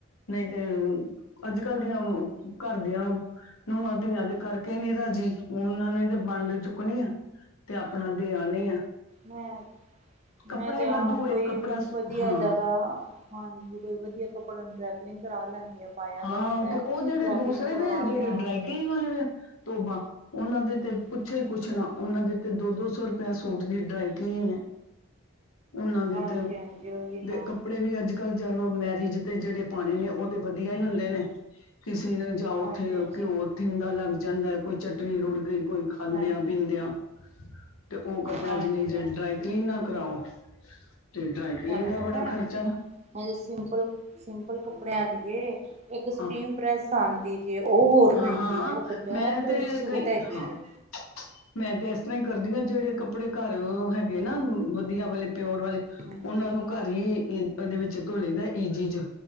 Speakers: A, on the left (about 75°); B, on the right (about 30°).
A: ਨਹੀਂ ਤੇ ਅੱਜ ਕੱਲ ਦੀਆਂ- ਕਰਦਿਆਂ ਨੂੰਹਾਂ ਧੀਆਂ ਤੇ ਕਰਕੇ ਈ ਨੀ ਰਾਜੀ। ਉਹਨਾਂ ਨੇ ਤਾਂ ਵੰਡ ਚੁੱਕਣੀ ਆ, ਤੇ ਆਪਣਾ ਦੇ ਆਣੀ ਆ।
B: ਮੈਂ
A: ਕੱਪੜਾ
B: ਮੈਂ ਤੇ
A: ਹੀ ਵਾਧੂ
B: ਆਪ
A: ਵੇ
B: ਕੋਈ-
A: ਕੱਪੜਾ
B: ਵਧੀਆ
A: ਹਾਂ
B: ਜ਼ਿਆਦਾ ਹਾਂਜੀ ਕੋਈ ਵਧੀਆ ਕੱਪੜੇ ਹੁੰਦੇ ਡੈਕਲਿੰਗ ਕਰਾ ਲੈਂਦੇ ਆ। ਪਾਇਆ
A: ਹਾਂ
B: ਤਾਂ ਹੁੰਦਾ
A: ਤੇ
B: ਹੈ।
A: ਉਹ ਜਿਹੜੇ
B: ਡਰੈਕਲਿੰਗ
A: ਦੂਸਰੇ
B: ਕਰਵਾ
A: ਵ ਜਿਹੜੇ
B: ਲਿਆ
A: ਡਰਾਈਟਗ ਵਾਲੇ ਵ ਤੋਬਾ- ਉਹਨਾਂ ਦੇ
B: ਹੂੰ
A: ਤੇ ਪੁੱਛ ਹੀ
B: ਹਾਂਜੀ
A: ਕੁਛ ਨਾ ਉਹਨਾਂ ਦੇ ਤੇ ਦੋ- ਦੋ ਸੌ ਰੁਪਆ ਸੂਟ ਦੀ ਡਰਾਈ ਕਲੀਨ ਹੈ। ਉਹਨਾਂ ਦੇ
B: ਹਾਂਜੀ
A: ਤੇ,
B: ਹਾਂਜੀ ਉਹੀ ਨਾ
A: ਤੇ ਕੱਪੜੇ ਵੀ ਅੱਜ- ਕੱਲ ਜਿਵੇਂ ਮੈਰਿਜ ਤੇ ਜਿਹੜੇ ਪਾਉਣੇ ਨੇ ਉਹ ਤੇ ਵਧੀਆ ਹੀ ਹੁੰਦੇ ਨੇ, ਕਿਸੇ ਨੇ- ਜਾ
B: ਹਾਂਜੀ
A: ਉੱਥੇ
B: ਹਾਂਜੀ
A: ਘਿਓ ਥਿੰਦਾ ਲੱਗ ਜਾਂਦਾ ਕੋਈ ਚਟਨੀ ਰੁੜ ਗਈ ਕੋਈ ਖਾਂਦਿਆਂ
B: ਹਾਂਜੀ
A: ਪੀਂਦਿਆ। ਤੇ ਉਹ ਕਪੜਾ
B: ਹਾਂਜੀ
A: ਜਿੰਨੀ ਚਿਰ
B: ਹਾਂਜੀ
A: ਡਰਾਈਕਲੀਨ ਨਾ ਕਰਾਓ- ਤੇ ਡਰਾਈ ਕਲੀਨ
B: ਤੁਹਾਨੂੰ
A: ਦਾ
B: ਪਤਾ
A: ਬੜਾ ਖਰਚਾ।
B: ਹਜੇ ਸਿੰਪਲ- ਸਿੰਪਲ ਕੱਪੜਿਆਂ ਦੀ ਐ ਇੱਕ ਸਟੀਮ
A: ਹਾਂ
B: ਪ੍ਰੈਸ ਆਂਦੀ। ਜੇ ਉਹ ਹੋਰ ਮਹਿੰਗੀ
A: ਹਾਂ ਹਾਂ
B: ਏ ਉਹ ਪੰਜਾਹ
A: ਮੈਂ
B: ਰੁਪਏ
A: ਤੇ
B: ਸੂਟ
A: ਕਈ
B: ਹੈਗੇ
A: ਹਾਂ
B: ਜੇ।
A: ਮੈਂ ਤੇ ਇਸ ਤਰਾਂ ਹੀ ਕਰਦੀ ਹਾਂ ਜਿਹੜੇ ਕੱਪੜੇ ਘਰ ਹੈਗੇ ਨਾ ਵਧੀਆ ਵਾਲੇ- ਪਿਓਰ ਵਾਲੇ,
B: ਹਾਂਜੀ
A: ਉਹਨਾਂ ਨੂੰ ਘਰ- ਦੇ ਉਂਦੇ ਵਿੱਚ ਧੋ ਲਈਦਾ ਈਜੀ ਚ,